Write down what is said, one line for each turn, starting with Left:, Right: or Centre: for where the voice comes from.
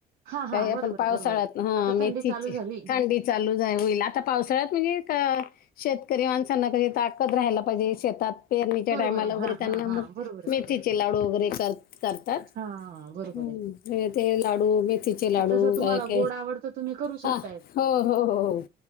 Right: हा
Left: काही
Right: हा बरोबर
Left: आपण पावसाळ्यात
Right: आहे बरोबर आहे.
Left: हा
Right: आता
Left: मेथीचे
Right: थंडी चालू झाली
Left: थंडी चालूच आहे होईल आता पावसाळ्यात म्हणजे शेतकरी माणसांना कधी ताकद राहायला पाहिजे शेतात. पेरणीच्या
Right: बरोबर
Left: टायमाला
Right: आहे
Left: वगैरे
Right: हा
Left: त्यांना
Right: हा हा
Left: मग
Right: बरोबर आहे
Left: मेथीचे
Right: बरोबर आहे.
Left: लाडू वगैरे कर करतात.
Right: हा बरोबर
Left: हम्म
Right: आहे.
Left: ते लाडू. तिचे लाडू
Right: तसं तुम्हाला
Left: काक
Right: गोड आवडतं तुम्ही करू शकताय
Left: हा हो हो हो हो.